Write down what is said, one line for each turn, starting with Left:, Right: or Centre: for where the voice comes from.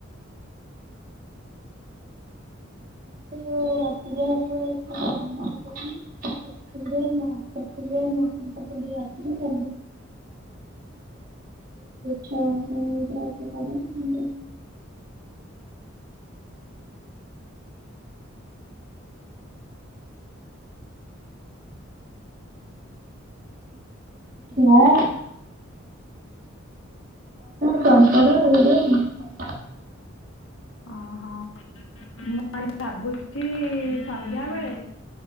Right: ତ ରାତିରେ <unintelligible> ରେ <unintelligible> ଛା <unintelligible> ହଁ। <unintelligible>
Left: ଓହୋ ମୁଁ ଭାବୁଚି <unintelligible> ସନ୍ଧ୍ୟା ବେଳେ